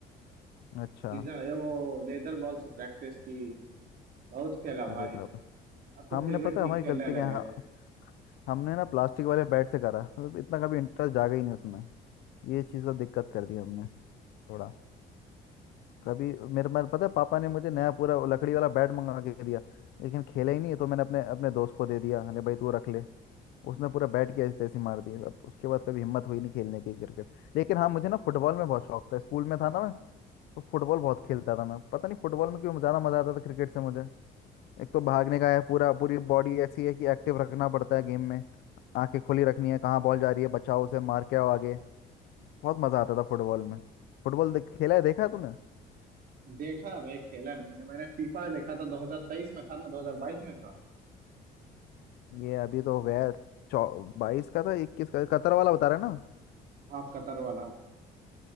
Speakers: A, on the left; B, on the right.
A: अच्छा
B: सीजन ये वो लेदर बॉल से प्रैक्टिस की बहुत खेला भाई
A: अरे बाबा
B: अब तो फिर
A: हमने
B: भी
A: पता
B: ठीक
A: है हमारी
B: खेलने
A: गलती क्या
B: लगे
A: है?
B: हैं
A: हाँ हमने ना प्लास्टिक वाले बैट से करा मतलब इतना कभी इंटरेस्ट जागा ही नहीं उसमें ये चीज़ का दिक्कत कर दी हमने थोड़ा कभी मेरे मेरे पता है पापा ने मुझे नया पूरा लकड़ी वाला बैट मंगा के दिया लेकिन खेला ही नहीं तो मैंने अपने अपने दोस्त को दे दिया अरे भाई तू रख ले उसने पूरा बैट की ऐसी तैसी मार दी अब उसके बाद कभी हिम्मत हुई नहीं खेलने की क्रिकेट लेकिन हाँ मुझे ना फुटबॉल में बहुत शौक था स्कूल में था ना मैं तो फुटबॉल बहुत खेलता था मैं पता नहीं फुटबॉल में क्यों ज्यादा मजा आता था क्रिकेट से मुझे एक तो भागने का है पूरा पूरी बॉडी ऐसी है कि एक्टिव रखना पड़ता है गेम में आंखें खुली रखनी है कहाँ बॉल जा रही है बचाओ उसे मार के आओ आगे बहुत मजा आता था फुटबॉल में फुटबॉल देख, खेला है देखा है तूने
B: देखा है भाई खेला नहीं है मैंने फीफा देखा था 2023 में था ना 2022 में था
A: ये अभी तो हो गया चौ बाईस का था इक्कीस का कतर वाला बता रहे हैं ना
B: हाँ कतर वाला